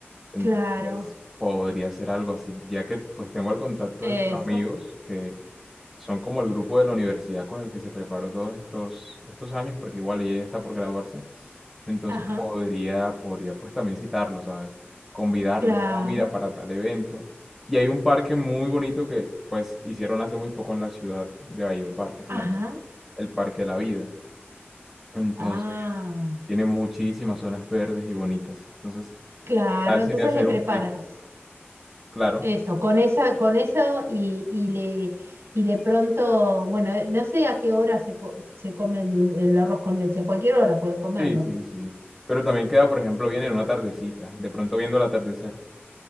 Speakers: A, in the centre; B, on the right.
A: Entonces
B: claro.
A: podría ser algo así, ya que pues tengo el contacto
B: Eso.
A: de sus amigos, que son como el grupo de la universidad con el que se preparó todos estos, estos años, porque igual ella está por graduarse. Entonces
B: Ajá,
A: podría, podría pues también citarlos, ¿sabes? Convidarlos,
B: claro.
A: no, mira, para tal evento. Y hay un parque muy bonito que pues hicieron hace muy poco en la ciudad de Valledupar, que se
B: Ajá.
A: llama el Parque de la Vida. Entonces
B: Ah,
A: tiene muchísimas zonas verdes y bonitas. Entonces,
B: claro.
A: ¿qué tal
B: Entonces
A: sería hacer
B: le preparas
A: un picnic? Claro,
B: eso, con esa, con eso y, y le y de pronto, bueno, eh, no sé a qué hora se, co- se come el, dul- el arroz con leche, a cualquier hora pueden comerlo.
A: sí, sí, sí. Pero también queda, por ejemplo, bien en una tardecita, de pronto viendo el atardecer.